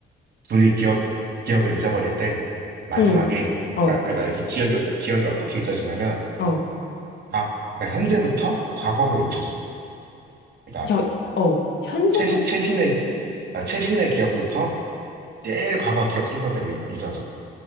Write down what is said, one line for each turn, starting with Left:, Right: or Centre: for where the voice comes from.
Right: 둘이 기억, 기억을 잊어버릴 때, 마지막에,
Left: 응, 어,
Right: 그러니까, 그러니까 이게 기억이, 기억이 어떻게 잊어지냐면,
Left: 어.
Right: 과, 그러니까 현재부터 과거로 잊혀져. 그러니까,
Left: 저, 어. 현재로,
Right: 최신, 최신의, 아, 최신의 기억부터 제일 과거 기억 순서대로 잊- 잊어져.